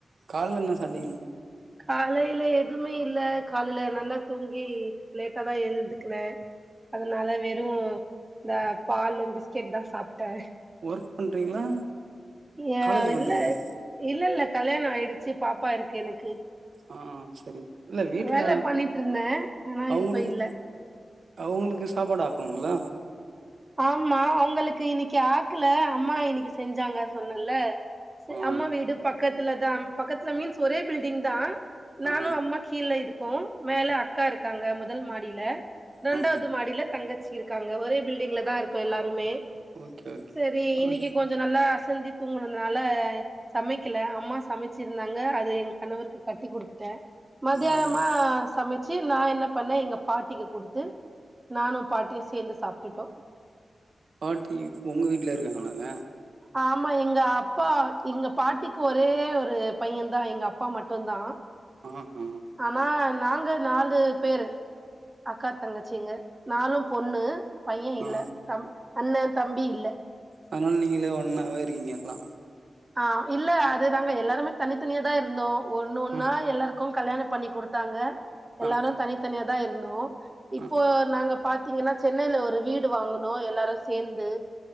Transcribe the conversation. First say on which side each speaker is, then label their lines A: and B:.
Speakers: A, on the right; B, on the right.
A: கால்ல என்ன சாப்டிங்க
B: காலைல எதுமே இல்ல காலைல நல்லா தூங்கி லேட்டா தா எழ்ந்துக்குனே அதுனால வெறு இந்த பாலு பிஸ்கெட் தா சாப்ட்டே
A: ஒர்க் பண்றீங்ளா
B: ஏ
A: காலேஜ் பண்றீங்ளா
B: இல்ல இல்ல இல்ல கல்யாண ஆயிடுச்சு பாப்பா இருக்கு எனக்கு
A: ஆ செரிங்க இல்ல வீட்ல
B: வேல பண்ணிட்ருந்தே ஆனா
A: அவுங்களுக்கு
B: இப்ப இல்ல
A: அவுங்களுக்கு சாப்பாடு ஆக்கணுல்ல
B: ஆமா அவுங்களுக்கு இன்னைக்கு ஆக்கல அம்மா இன்னைக்கு செஞ்சாங்க சொன்னல்ல சே
A: ஆ
B: அம்மா வீடு பக்கத்துல தா பக்கத்துல மீன்ஸ் ஒரே பில்டிங் தா நானு
A: ஆ
B: அம்மா கீழ இருக்கோ மேல அக்கா இருக்காங்க மொதல் மாடில ரெண்டாவ்து
A: ஆ
B: மாடில தங்கச்சி இருக்காங்க ஒரே பில்டிங்ல தா இருக்கோ எல்லாருமே
A: ஓகே ஓகே
B: சேரி
A: அவ-
B: இன்னைக்கு கொஞ்ச நல்லா அசந்து தூங்குனனால சமைக்கல அம்மா சமைச்சிருந்தாங்க அத என் கணவருக்கு கட்டி குடுத்துட்டே மதியானமா
A: அதான்
B: சமைச் ச்சு நா என்ன பண்ணே எங்க பாட்டிக்கு குடுத்து நானு பாட்டியு சேந்து சாப்ட்டுட்டோ
A: பாட்டி உங்க வீட்ல இருக்காங்களாங்க
B: ஆமா எங்க அப்பா எங்க பாட்டிக்கு ஒரே ஒரு பையந்தா எங்க அப்பா மட்டுந்தா
A: ஆ ஹா
B: ஆனா நாங்க நாலு பேரு அக்கா தங்கச்சிங்க நாலு பொண்ணு பைய இல்ல
A: ஆ
B: தம் அண்ண தம்பி இல்ல
A: அதுனால நீங்களே ஒன்னாவே இருக்கீங்க எல்லா
B: ஆ இல்ல அதுதாங்க எல்லாருமே தனித்தனியா தா இருந்தோ ஒன்னு ஒன்னா
A: ஆ
B: எல்லாருக் க்கு கல்யாண பண்ணி குடுத்தாங்க எல்லாரு
A: ஆ
B: தனித்தனிய தா இருந்தோ இப்போ
A: ஆ
B: நாங்க இப்ப பாத்தீங்கனா சென்னைல ஒரு வீடு வாங்குனோ எல்லாரு சேந்து